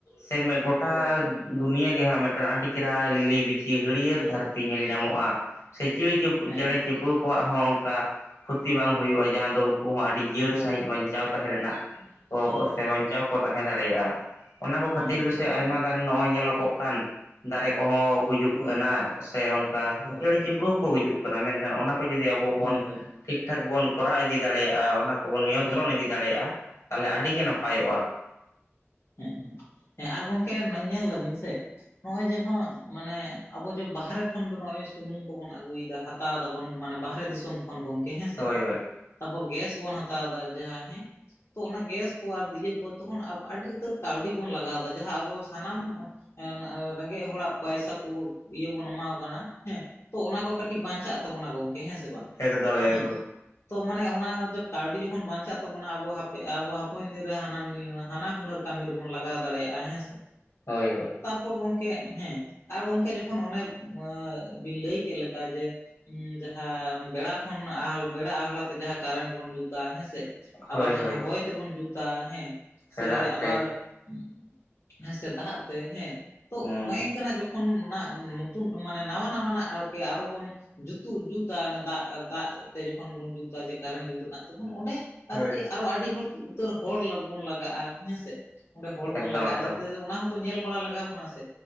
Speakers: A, on the left; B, on the left.
A: ᱥᱮ ᱜᱚᱴᱟ
B: ᱦᱳᱭ ᱦᱳᱭ
A: ᱫᱩᱱᱭᱟᱹ ᱜᱮ ᱦᱟᱸᱜ ᱢᱤᱫᱴᱟᱱ ᱟᱹᱰᱤ ᱪᱮᱦᱨᱟ ᱞᱤᱞᱤ ᱵᱤᱪᱤ ᱦᱟᱹᱲᱭᱟᱹᱨ ᱫᱷᱟᱹᱨᱛᱤ ᱧᱮᱞ ᱧᱟᱢᱚᱜ-ᱟ᱾ ᱥᱮ ᱪᱤᱲᱤ ᱪᱤᱯᱩ,
B: ᱦᱮᱸ
A: ᱪᱮᱬᱮ
B: ᱦᱮᱸ
A: ᱪᱤᱯᱨᱩ ᱠᱚᱣᱟᱜ ᱦᱚᱸ ᱚᱱᱠᱟ ᱠᱷᱚᱛᱤ ᱵᱟᱝ ᱦᱩᱭᱩᱜ-ᱟ ᱡᱟᱦᱟᱸ ᱫᱚ ᱩᱱᱠᱩ ᱦᱚᱸ ᱟᱹᱰᱤᱼᱼ ᱡᱤᱭᱟᱹᱲ
B: ᱦᱳᱭ
A: ᱥᱟᱺᱦᱤᱡ
B: ᱦᱳᱭ
A: ᱵᱟᱧᱪᱟᱣ ᱛᱟᱦᱮᱸ ᱨᱮᱱᱟᱜ ᱠᱚ
B: ᱦᱳᱭ
A: ᱥᱮ
B: ᱦᱳᱭ
A: ᱵᱟᱧᱪᱟᱣ ᱠᱚ ᱛᱟᱦᱮᱸ ᱫᱟᱲᱮᱭᱟᱜ-ᱟ᱾ ᱚᱱᱟ ᱠᱚ ᱠᱷᱟᱛᱤᱨ
B: ᱦᱳᱭ
A: ᱜᱮᱥᱮ
B: ᱦᱳᱭ
A: ᱟᱭᱢᱟ
B: ᱦᱳᱭ
A: ᱜᱟᱱ ᱱᱚᱜ-ᱚᱭ ᱧᱮᱞᱚᱜᱚᱜ ᱠᱟᱱ ᱫᱟᱨᱮ ᱠᱚᱦᱚᱸ ᱜᱩᱡᱩᱜ
B: ᱦᱳᱭ
A: ᱠᱟᱱᱟ᱾
B: ᱦᱳᱭ
A: ᱥᱮ ᱚᱱᱠᱟ
B: ᱦᱳᱭ
A: ᱪᱮᱬᱮ
B: ᱦᱳᱭ
A: ᱪᱤᱯᱲᱩ ᱦᱚᱸᱠᱚ ᱜᱩᱡᱩᱜ ᱠᱟᱱᱟ ᱢᱮᱱᱠᱷᱟᱱ ᱚᱱᱟ ᱠᱚ ᱡᱩᱫᱤ ᱟᱵᱚ ᱵᱚᱱ
B: ᱦᱳᱭ ᱦᱳᱭ ᱦᱳᱭ
A: ᱴᱷᱤᱠ ᱴᱷᱟᱠ ᱵᱚᱱ ᱠᱚᱨᱟᱣ ᱤᱫᱤ ᱫᱟᱲᱮᱭᱟᱜ-ᱟ, ᱚᱱᱟ ᱠᱚᱵᱚᱱ ᱱᱤᱭᱚᱱᱛᱨᱚᱱ
B: ᱦᱳᱭ
A: ᱤᱫᱤ ᱫᱟᱲᱮᱭᱟᱜᱼᱟ ᱛᱟᱦᱞᱮ ᱟᱹᱰᱤᱜᱮ ᱱᱟᱯᱟᱭᱚᱜ-ᱟ᱾
B: ᱦᱩᱸ ᱦᱩᱸ ᱟᱨ ᱜᱚᱝᱠᱮ ᱱᱚᱜ ᱧᱮᱞ ᱫᱟᱵᱤᱱ ᱥᱮ᱾ ᱱᱚᱜ-ᱚᱭ ᱡᱮ ᱦᱚᱸᱜ ᱢᱟᱱᱮ ᱟᱵᱚ ᱡᱮ ᱵᱟᱦᱨᱮ ᱠᱷᱚᱱ ᱫᱚ ᱱᱚᱜ-ᱚᱭ ᱥᱩᱱᱩᱢ ᱠᱚᱵᱚᱱ ᱟᱹᱜᱩᱭᱫᱟ ᱦᱟᱛ ᱦᱟᱛᱟᱣ ᱫᱟᱵᱚᱱ, ᱢᱟᱱᱮ ᱵᱟᱦᱨᱮ ᱫᱤᱥᱚᱢ ᱠᱷᱚᱱ ᱜᱚᱢᱠᱮ ᱦᱮᱸᱥᱮ,
A: ᱦᱳᱭ ᱦᱳᱭ
B: ᱛᱟᱯᱚᱨ ᱜᱮᱥ ᱵᱚᱱ ᱦᱟᱛᱟᱣ ᱫᱟ ᱡᱟᱦᱟᱸ, ᱦᱮᱸ ᱛᱚ ᱚᱱᱟ ᱜᱮᱥ ᱠᱚ ᱟᱨ ᱤᱭᱟᱹ ᱠᱚ, ᱛᱚᱠᱷᱚᱱ ᱟᱹᱰᱤ ᱩᱛᱟᱹᱨ ᱠᱟᱹᱣᱰᱤ ᱵᱚᱱ ᱞᱟᱜᱟᱣ ᱫᱟ, ᱡᱟᱦᱟᱸ ᱟᱵᱚ ᱥᱟᱱᱟᱢ ᱮᱱ ᱨᱮᱸᱜᱮᱡ ᱦᱚᱲᱟᱜ ᱯᱟᱭᱥᱟ ᱠᱚ, ᱤᱭᱟᱹ ᱵᱚᱱ ᱮᱢᱟ ᱠᱟᱱᱟ ᱦᱮᱸ ᱛᱚ ᱚᱱᱟ ᱠᱚ ᱠᱟᱹᱴᱤᱡ ᱵᱟᱧᱪᱟᱜ ᱛᱟᱵᱚᱱᱟ, ᱜᱚᱢᱠᱮ ᱦᱮᱸ ᱥᱮ ᱵᱟᱝ
A: ᱮᱠᱫᱚᱢ ᱮᱠᱫᱚᱢ
B: ᱦᱮᱸ? ᱛᱚ ᱢᱟᱱᱮ ᱚᱱᱟ ᱠᱟᱹᱣᱰᱤ ᱡᱚᱠᱷᱚᱱ ᱵᱟᱧᱪᱟᱜ ᱛᱟᱵᱚᱱᱟ, ᱟᱵᱚ ᱟᱵᱚ ᱦᱟᱯᱚᱱ ᱫᱤᱱ ᱨᱮ, ᱦᱟᱱᱟ ᱱᱩᱱᱟᱹᱜ ᱦᱟᱱᱟ ᱦᱩᱱᱟᱹᱨᱼᱼ ᱠᱟᱢᱤ ᱨᱮᱵᱚᱱ ᱞᱟᱜᱟᱣ ᱫᱟᱲᱮᱭᱟᱜᱼᱟ ᱦᱮᱸ ᱥᱮ?
A: ᱦᱳᱭ, ᱦᱳᱭ᱾
B: ᱛᱟᱯᱚᱨ ᱜᱚᱢᱠᱮ ᱦᱮᱸ, ᱟᱨ ᱜᱚᱢᱠᱮ ᱡᱚᱠᱷᱚᱱ ᱚᱱᱮ ᱵᱤᱱ ᱞᱟᱹᱭ ᱠᱮᱫ ᱞᱮᱠᱟ ᱡᱮ ᱡᱟᱦᱟᱸ ᱵᱮᱲᱟ ᱠᱷᱚᱱ, ᱵᱮᱲᱟ ᱟᱦᱞᱟᱛᱮ ᱡᱟᱦᱟᱸ ᱠᱟᱨᱮᱱᱴ ᱵᱚᱱ ᱡᱩᱛᱟ ᱦᱮᱸᱥᱮᱼᱼ ᱟᱵᱟᱨ
A: ᱦᱳᱭ
B: ᱡᱟᱦᱟᱸ
A: ᱦᱳᱭ
B: ᱦᱚᱭ ᱛᱮᱵᱚᱱ ᱡᱩᱛᱟ, ᱦᱮᱸ ᱥᱮ
A: ᱪᱮᱫᱟᱜ
B: ᱟᱵᱚ
A: ᱛᱮ
B: ᱦᱮᱸ ᱥᱮ ᱫᱟᱜ ᱛᱮ ᱦᱮᱸ, ᱛᱚ
A: ᱦᱮᱸ
B: ᱱᱚᱜᱼ ᱤᱝ ᱠᱟᱱᱟ ᱡᱚᱠᱷᱚᱱ ᱡᱚᱠᱷᱚᱱ ᱱᱟ ᱱᱚᱛᱩᱱ ᱢᱟᱱᱮ, ᱱᱟᱣᱟ ᱱᱟᱣᱟᱱᱟᱜ ᱟᱨᱠᱤ ᱟᱨᱚ ᱵᱚᱱ ᱡᱩᱛᱩᱜ ᱡᱩᱛᱟ, ᱚᱱᱟ ᱫᱟᱜ ᱫᱟᱜ ᱛᱮ ᱡᱚᱠᱷᱚᱱ ᱵᱚᱱ ᱡᱩᱛᱟ, ᱡᱮ ᱠᱟᱨᱮᱱᱴ ᱡᱩᱛ ᱨᱮᱱᱟᱜ ᱛᱚᱠᱷᱚᱱ ᱚᱸᱰᱮ ᱟᱨᱠᱤ
A: ᱦᱳᱭ
B: ᱟᱨᱚ ᱟᱹᱰᱤ ᱦᱚᱲ, ᱩᱛᱟᱹᱨ ᱦᱚᱲ ᱵᱚᱱ ᱞᱟᱜᱟᱜᱼᱟ ᱦᱮᱸᱥᱮ? ᱚᱸᱰᱮ ᱦᱚᱲ
A: ᱮᱠᱫᱚᱢ
B: ᱵᱚᱱ ᱞᱟᱜᱟᱜᱼᱟ,
A: ᱮᱠᱫᱚᱢ
B: ᱡᱟᱛᱮ ᱚᱱᱟ ᱦᱚᱸᱛᱚ ᱧᱮᱞ ᱵᱟᱲᱟ ᱞᱟᱜᱟᱣ ᱵᱚᱱᱟ, ᱥᱮ